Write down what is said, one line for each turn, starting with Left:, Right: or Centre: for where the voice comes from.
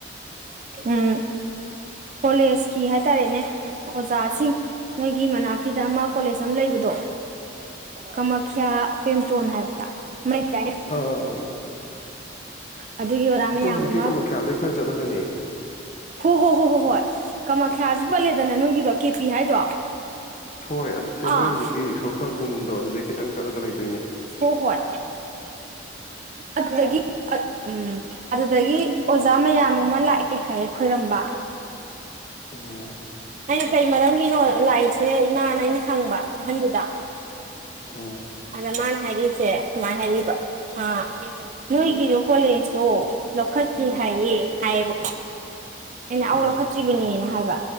Right: ꯎꯝ ꯀꯣꯂꯦꯖꯀꯤ ꯍꯥꯏꯇꯥꯔꯦꯅꯦ ꯑꯣꯖꯥꯁꯤꯡ ꯅꯣꯏꯒꯤ ꯃꯅꯥꯛꯀꯤꯗ ꯑꯃ ꯀꯣꯂꯦꯖ ꯑꯃ ꯂꯩꯕꯗꯣ ꯀꯃꯈ꯭ꯌꯥ ꯄꯦꯝꯇꯣꯟ ꯍꯥꯏꯕ꯭ꯌ ꯑꯃ ꯂꯩꯗꯥꯏꯅꯦ
Left: ꯑꯥ ꯑꯥ
Right: ꯑꯗꯨꯒꯤ ꯑꯣꯖꯥ ꯃꯌꯥꯝ
Left: ꯑꯇꯣ ꯍꯧꯖꯤꯛꯀꯤ
Right: ꯑꯃ
Left: ꯀꯃꯈ꯭ꯌꯥꯗꯒꯤ ꯈꯔ ꯆꯠꯂꯒꯅꯤ
Right: ꯍꯣ ꯍꯣ ꯍꯣ ꯍꯣ ꯍꯣꯏ ꯀꯥꯃꯈ꯭ꯌꯥꯁꯨ ꯄꯜꯂꯦꯗꯅ ꯅꯣꯏꯒꯤꯗꯣ ꯀꯦꯄꯤ ꯍꯥꯏꯗꯣ
Left: ꯍꯣꯏ ꯑꯗꯨꯗꯤ
Right: ꯑꯥ
Left: ꯅꯣꯏ ꯍꯧꯖꯤꯛꯀꯤ ꯏꯁꯣꯔ ꯈꯔꯝꯕꯒꯨꯝꯗꯣ ꯑꯗꯨꯗꯩ ꯈꯤꯇꯪ ꯆꯠꯂꯒ ꯂꯩꯕ
Right: ꯍꯣ ꯍꯣꯏ ꯑꯗꯨꯗꯒꯤ ꯎꯝ ꯑꯗꯨꯗꯒꯤ ꯑꯣꯖꯥ ꯃꯌꯥꯝ ꯑꯃ ꯂꯥꯛꯑꯦ ꯍꯥꯏꯌꯦ ꯈꯣꯏꯔꯝꯕ
Left: ꯑꯣ
Right: ꯑꯩꯅ ꯀꯩ ꯃꯔꯝꯒꯤꯅꯣ ꯂꯥꯛꯏꯁꯦ ꯏꯃꯥꯅ ꯑꯩꯅ ꯍꯪꯕ ꯑꯍꯟꯗꯨꯗ
Left: ꯎꯝ
Right: ꯑꯗ ꯃꯥꯅ ꯍꯥꯏꯔꯤꯁꯦ ꯁꯨꯃꯥꯏꯅ ꯍꯥꯏꯔꯤꯕ ꯑꯥ ꯅꯣꯏꯒꯤꯗ ꯀꯣꯜꯂꯦꯖꯇꯣ ꯂꯧꯈꯠꯇ꯭ꯔꯤ ꯍꯥꯏ ꯍꯥꯏꯌꯦ ꯍꯥꯏꯌꯦꯕ
Left: <inaudible>
Right: ꯑꯩꯅ
Left: ꯎꯝ
Right: ꯑꯧ ꯂꯧꯈꯠꯇ꯭ꯔꯤꯕꯅꯦꯅ ꯍꯥꯏꯕ